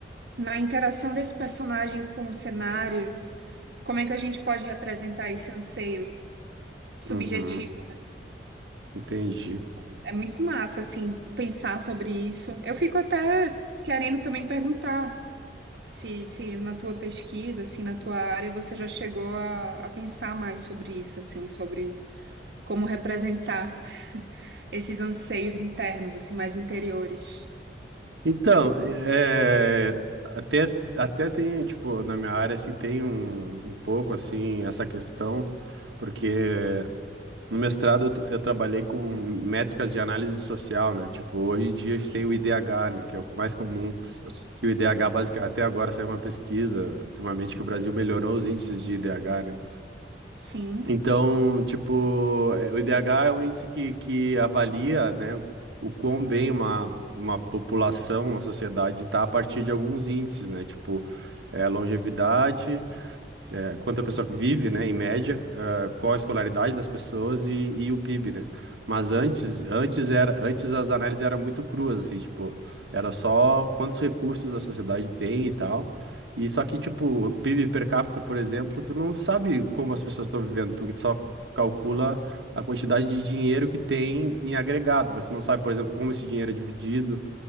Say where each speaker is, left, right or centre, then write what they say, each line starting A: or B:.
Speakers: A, on the right; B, on the right.
A: na interação desse personagem com o cenário, como é que a gente pode representar esse anseio subjetivo?
B: Uhum, entendi.
A: Tipo, É muito massa, assim, pensar sobre isso. Eu fico até querendo também perguntar. Se, se na tua pesquisa, assim, na tua área, você já chegou a, a pensar mais sobre isso, assim, sobre como representar esses anseios internos, assim, mais interiores.
B: Então, é, até, até tem, tipo, na minha área, se tem um, um pouco, assim, essa questão, porque No mestrado, eu, tra- eu trabalhei com métricas de análise social, né? Tipo, hoje em dia a gente
A: Sim,
B: tem o IDH, né? Que é o mais comum. Que o IDH, basicamente, até agora saiu uma pesquisa, ultimamente, que o Brasil melhorou os índices de IDH, né?
A: Sim,
B: Então, tipo, é, o IDH é um índice que, que avalia, né, o quão bem uma, uma população, uma sociedade está a partir de alguns índices, né? Tipo, é, longevidade é, quanto a pessoa vive, né, em média, ah, qual a escolaridade das pessoas e, e o PIB, né? Mas antes, antes era, antes as análises eram muito cruas, assim, tipo, era só quantos recursos a sociedade tem e tal. E só que, tipo, PIB per capita, por exemplo, tu não sabe como as pessoas estão vivendo, porque tu só calcula a quantidade de dinheiro que tem em agregado, mas tu não sabe, por exemplo, como esse dinheiro é dividido,